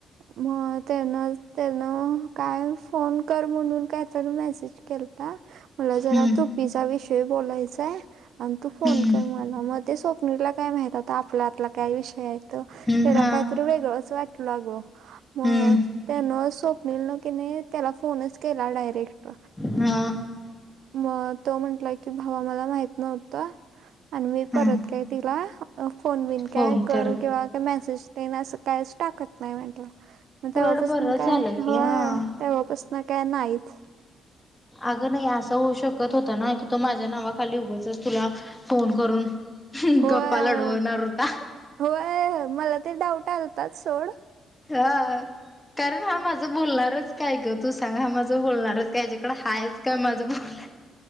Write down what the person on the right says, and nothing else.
मग त्यांन, त्यांन काय फोन कर म्हणून कायतरी मेसेज केलता. मला जरा
तू पिझ्झा विषयी बोलायचाय आण तू फोन
कर मला मग ते स्वप्नीला काय माहित आता आपल्या आतला काय विषय आहे. तर
त्याला
काहीतरी वेगळंच वाटल ग मग
त्यानं स्वप्नल न की नाही त्याला फोनच केला डायरेक्ट.
मग तो म्हंटला की भावा मला माहित नव्हत. आणि मी
परत काय तिला फोन वोन
काय करू
किंवा काय मेसेज तेन असं कायच टाकत नाही म्हटलं मग
तेव्हापसन
काय
होय
तेव्हापासन काय नाहीच
होय
- होय -होय मला ते डाऊट आलताच सोड.